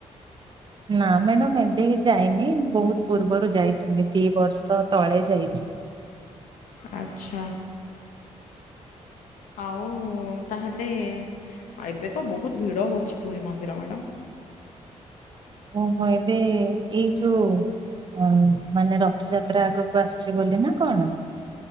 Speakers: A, on the right; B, on the left.
A: ନା ମ୍ୟାଡ଼ାମ ଏବେ ଯାଇନି। ବହୁତ ପୂର୍ବରୁ ଯାଇଥିଲି ଦି ବର୍ଷ ତଳେ ଯାଇଥିଲି।
B: ଆଚ୍ଛା। ଆଉ ତାହେଲେ ଏବେ ତ ବହୁତ ଭିଡ଼ ହେଉଛି ପୁରୀ ମନ୍ଦିର ମ୍ୟାଡ଼ାମ୍।
A: ଓହୋ ଏବେ ଏଇ ଯୋଉ। ଓ ମାନେ ରଥଯାତ୍ରା ଆଗକୁ ଆସିୁଛି ବୋଲି ନା କଣ?